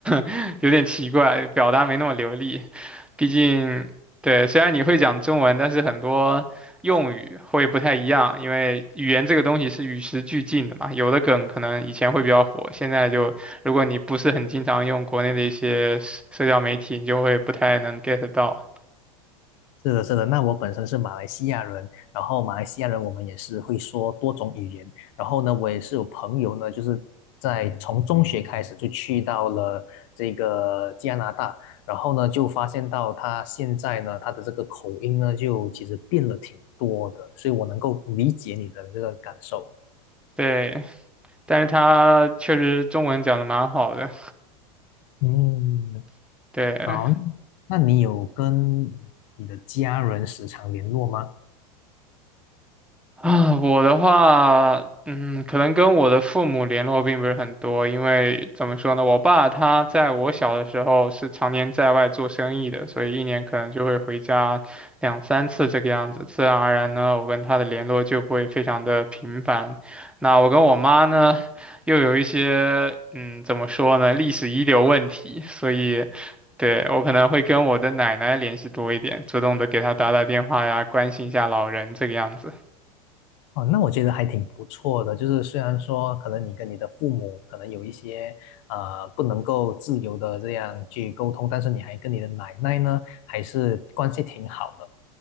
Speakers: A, in the centre; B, on the left.
A: <laughs> 有点奇怪，表达没那么流利。毕竟，对，虽然你会讲中文，但是很多用语会不太一样，因为语言这个东西是与时俱进的嘛。有的梗可能以前会比较火，现在就如果你不是很经常用国内的一些社社交媒体，你就会不太能 get 到。
B: 是的，是的。那我本身是马来西亚人，然后马来西亚人我们也是会说多种语言。然后呢，我也是有朋友呢，就是在从中学开始就去到了这个加拿大，然后呢就发现到他现在呢他的这个口音呢就其实变了挺多的，所以我能够理解你的这个感受。
A: 对，但是他确实中文讲的蛮好的，
B: 嗯，
A: <laughs> 对。
B: 好，那你有跟你的家人时常联络吗？
A: 啊，我的话，嗯，可能跟我的父母联络并不是很多，因为怎么说呢，我爸他在我小的时候是常年在外做生意的，所以一年可能就会回家两三次这个样子，自然而然呢，我跟他的联络就不会非常的频繁。那我跟我妈呢，又有一些，嗯，怎么说呢，历史遗留问题，所以。对，我可能会跟我的奶奶联系多一点，主动的给她打打电话呀，关心一下老人这个样子。
B: 哦，那我觉得还挺不错的。就是虽然说可能你跟你的父母可能有一些呃不能够自由的这样去沟通，但是你还跟你的奶奶呢还是关系挺好的。